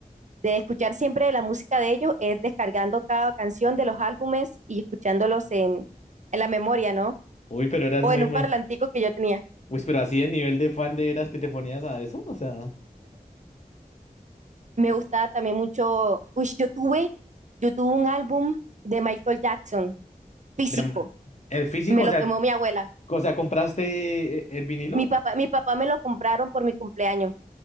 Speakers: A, on the right; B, on the left.
A: de escuchar siempre la música de ellos es descargando cada canción de los álbumes y escuchándolos en, en la memoria, ¿no?
B: Uy, pero eras
A: O
B: muy,
A: en un
B: muy...
A: parlantico que yo tenía.
B: Uy, pero así de nivel de fan de eras que te ponías a eso, o sea...
A: Me gustaba también mucho, uy, yo tuve, yo tuve un álbum de Michael Jackson, físico,
B: de ma- El físico,
A: me
B: o
A: lo
B: sea,
A: quemó mi abuela.
B: o sea, ¿compraste e- el vinilo?
A: Mi papá, mi papá me lo compraron por mi cumpleaños,